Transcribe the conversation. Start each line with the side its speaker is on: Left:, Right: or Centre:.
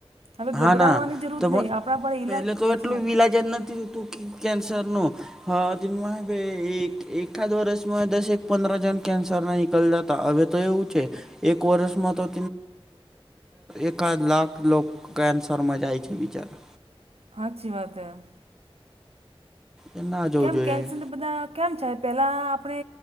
Right: હવે
Centre: હા
Right: ગભરાવાની
Centre: ના
Right: જરૂર
Centre: તો
Right: નહીં આપણા પણ ઈલાજ
Centre: પેલે તો
Right: સાચી
Centre: એટલું
Right: વાત
Centre: વિલાજત નથી થતું કેન્સર નું- હા ભાઈ એક એાદ વર્સમાં દસ પંદર જણ કન્સર ના નિકલ જ- હવે તો એવું છે એક વર્ષમાં તોન એકા લાખ- ક કેન્સરમાં જાય છે વિચાર-
Right: હા અચી વાત હ-
Centre: એ ના જવું
Right: કેમ
Centre: જોઈએ
Right: કેન્સર બધા કેમ છે પહેલાં આપણે